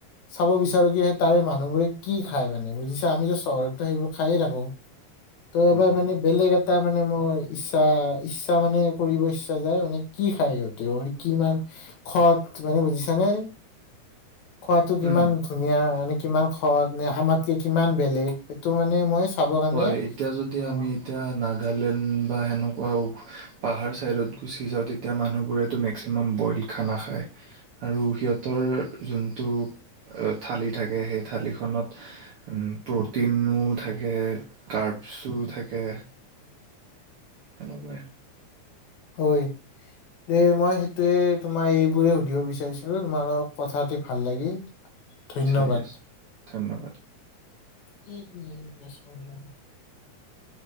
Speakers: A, on the left; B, on the right.
A: চাব বিচাৰো কি তাৰে মানুহবোৰে কি খায়। মানে বুজিছা আমিতো চহৰতো সেইবোৰ। খাইয়ে থাকো। ত' এবাৰ
B: হয়
A: মে বেলেগ। টা মানে মোৰ ইচ্ছা ইচ্ছা মানে কৰিব ইচ্ছা যায় মানে কি খায় সিহঁতে অৰ কিমান খত মানে বুজিছানে? খোৱাতটো কিমান
B: উম
A: ধুনীয়া মানে কিমান। খৰত নে আমাতকে কিমান বেলেগ সেইটো মানে। মই। চাব কাৰণে
B: হয় এতিয়া যদি
A: অ
B: আমি এতিয়া নাগালেণ্ড বা সেনেকুৱা উ। পাহাৰ ছাইডত গুচি যাওঁ তেতিয়া, মানুহবোৰেতো মেক্সিমাম বইল খানা খায়, আৰু সিহঁতৰ যোনটো থালি থাকে, সেই থালিখনত হম্ প্ৰটিনো থাকে কাৰ্ভশো থাকে। সেনেকুৱাই।
A: ঐ, যে, মই ', সেইটোৱে তোমাৰ এইবোৰে সুধিব বিচাৰিছিলো, তোমাৰ কথা পাতি ভাল লাগিল। ধন্যবাদ
B: ঠিক আছে, ধন্যবাদ।
A: <unintelligible>